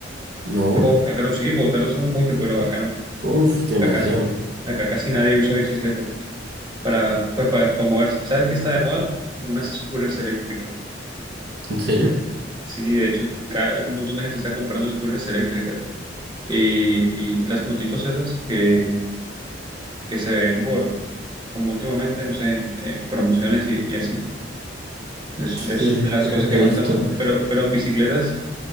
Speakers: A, on the right (about 60°); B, on the right (about 25°).
A: no?
B: En Bogotá, claro, sí, en Bogotá lo usan mucho, pero acá no.
A: Uf, demasiado.
B: Acá casi, acá casi nadie usa bicicleta para, pues, para, para moverse. ¿Sabes qué está de moda? Unas scooters eléctricas.
A: ¿En serio?
B: Sí, de hecho, ca- un montón de gente está comprando scooters eléctricas. Y, y las motitos esas que, que se ven por, como últimamente, no sé, en, en promociones y, y así. Es,
A: Sí,
B: es
A: sí,
B: de las
A: sí,
B: cosas
A: las
B: que
A: he
B: más
A: visto.
B: están usando. Pero, pero en bicicletas.